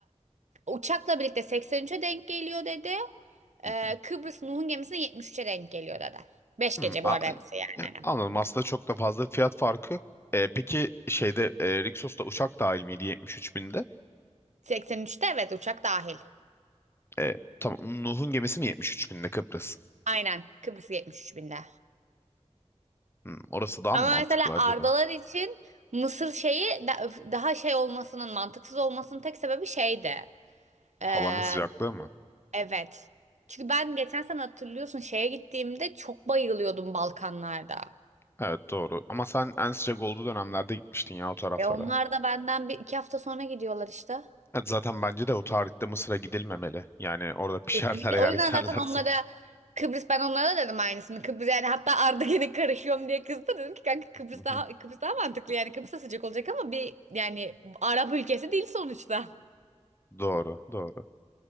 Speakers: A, on the right; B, on the left.
A: uçakla birlikte 83'e denk geliyor dedi.
B: Hı
A: Ee,
B: hı.
A: Kıbrıs Nuh'un gemisine 73'e denk geliyor dedi. 5
B: Hmm,
A: gece
B: a-
A: bu arada hepsi yani.
B: ya,
A: hani.
B: anladım. Aslında çok da fazla fiyat farkı yok. E, peki şeyde e, Rixos'ta uçak dahil miydi 73 binde?
A: seksen üçte evet uçak dahil.
B: E, tamam. Nuh'un gemisi mi 73 binde Kıbrıs?
A: Aynen Kıbrıs 73 binde.
B: Hmm, orası daha
A: Ama
B: mı mantıklı
A: mesela
B: acaba?
A: Ardalar için Mısır şeyi da- daha şey olmasının mantıksız olmasının tek sebebi şeydi. Ee,
B: Havanın sıcaklığı mı?
A: evet. Çünkü ben geçen sene hatırlıyorsun şeye gittiğimde çok bayılıyordum Balkanlarda.
B: Evet doğru. Ama sen en sıcak olduğu dönemlerde gitmiştin ya o taraflara.
A: E onlar da benden bir iki hafta sonra gidiyorlar işte.
B: Evet, zaten bence de o tarihte Mısır'a gidilmemeli. Yani orada <laughs> pişerler
A: Kesinlikle.
B: eğer
A: O yüzden
B: giderlerse.
A: zaten onlara Kıbrıs ben onlara da dedim aynısını. Kıbrıs yani hatta Arda gene karışıyorum diye kızdı. Dedim ki kanka Kıbrıs
B: Hı
A: daha
B: hı,
A: Kıbrıs daha mantıklı yani Kıbrıs sıcak olacak ama bir yani Arap ülkesi değil sonuçta.
B: Doğru, doğru.